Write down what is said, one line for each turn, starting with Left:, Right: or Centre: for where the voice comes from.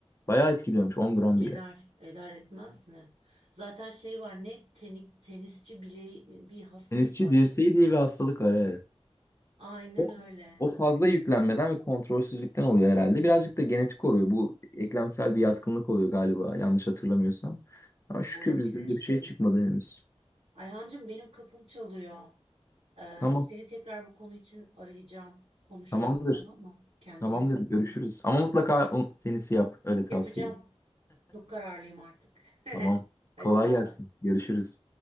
Left: Bayağı etkiliyormuş On gram
Right: eder
Left: bile.
Right: eder etmez mi? Zaten şey var ne tenik, tenisçi bileği bir hastalık
Left: Tenisçi
Right: var.
Left: dirseği diye bir hastalık var. Evet.
Right: Aynen
Left: O,
Right: öyle
Left: o fazla yüklenmeden ve kontrolsüzlükten oluyor herhalde. Birazcık da genetik oluyor. Bu eklemsel bir yatkınlık oluyor galiba yanlış hatırlamıyorsam. Ama şükür
Right: olabilir.
Left: bizde öyle bir şey çıkmadı henüz.
Right: Ayhancığım benim kapım çalıyor. Ee,
Left: Tamam.
Right: seni tekrar bu konu için arayacağım. Konuşuruz
Left: Tamamdır.
Right: tamam mı? Kendine
Left: Tamamdır.
Right: iyi bak.
Left: Görüşürüz. Ama mutlaka o tenisi yap. Öyle tavsiye
Right: Yapacağım.
Left: edeyim.
Right: Çok kararlıyım artık. <laughs>
Left: Tamam.
Right: Hadi
Left: Kolay
Right: bay
Left: gelsin.
Right: bay.
Left: Görüşürüz.